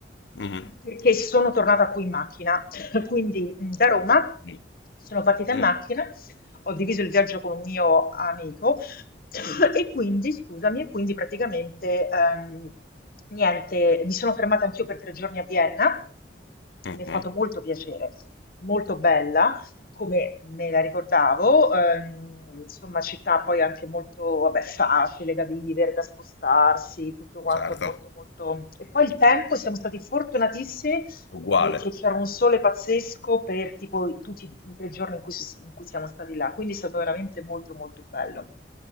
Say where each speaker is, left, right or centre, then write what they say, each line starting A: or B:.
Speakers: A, on the left; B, on the left.
A: Mhm,
B: perché sono tornata qui in macchina, <coughs> <laughs> quindi mh, da Roma
A: mm,
B: sono partita
A: mm,
B: in macchina, ho diviso il viaggio con un mio amico <coughs> E quindi, scusami, e quindi praticamente ehm, niente, mi sono fermata anch'io per tre giorni a Vienna,
A: mhm.
B: mi è fatto molto piacere, molto bella, come me la ricordavo, ehm, insomma, città poi anche molto, vabbè, facile da vivere, da spostarsi, tutto quanto
A: Certo,
B: è molto, molto... E poi il tempo, siamo stati fortunatissimi
A: uguale.
B: perché c'era un sole pazzesco per tipo i- tutti i tre giorni in cui, si- in cui siamo stati là, quindi è stato veramente molto, molto bello.